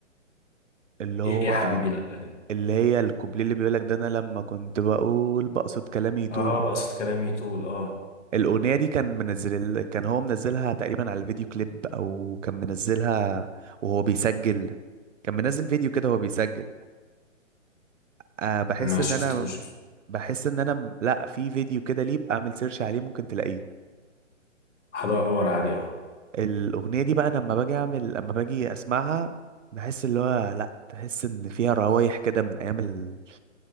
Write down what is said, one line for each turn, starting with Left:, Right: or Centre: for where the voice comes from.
Right: اللي هو
Left: ايه يا حبيبي لا دي.
Right: اللي هي الكوبليه اللي بيقولك ده انا لما كنت بقول بقصد كلامي يطول
Left: اه بقصد كلامي طول اه
Right: الاغنيه دي كان منزل كان هو منزلها تقريبا على الفيديو كليب او كان منزلها وهو بيسجل كان منزل فيديو كده وهو بيسجل أه بحس
Left: ما شفتوش
Right: ان انا بحس ان انا م- لا في فيديو كده ليه بقى اعمل سيرش عليه ممكن تلاقيه
Left: هدور عليه اه
Right: الاغنيه دي بقى أنا لما باجي اعمل لما باجي اسمعها بحس اللي هو لا تحس ان فيها روايح كده من ايام ال...